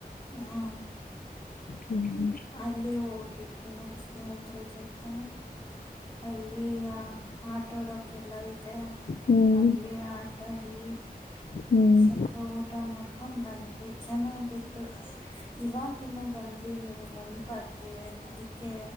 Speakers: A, on the left; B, on the left.
A: ಹಾ
B: ಹ್ಮ್
A: ಅಲ್ಲಿ ಹೋಗಿದ್ವಿ ನಮ ಸ್ನೇಹಿತರೆ ಜೊತೆ ಹ ಅಲ್ಲಿಯ ಆಟೋ ಡೋ <inaudible> ಕ್ಕೆಲ್ಲಾ ಇದೆ
B: ಹ್ಮ್ ಹ್ಮ್
A: ಅಲ್ಲಿ ಆಟ ಆ <inaudible>
B: ಹ್ಮ್
A: ಸ್ವಲ್ಪ
B: ಹ್ಮ್
A: ಊಟ ಮಾಡ್ಕೊಂಡ್ ಬಂದ್ವಿ. ಚೆನ್ನಾಗಿತ್ತು ಅಯ್ ಇವಾಗಿನ್ನು ಬಂದ್ ನೀವು ನೆನ್ಪಾದ್ರಿ ಅದಿಕ್ಕೆ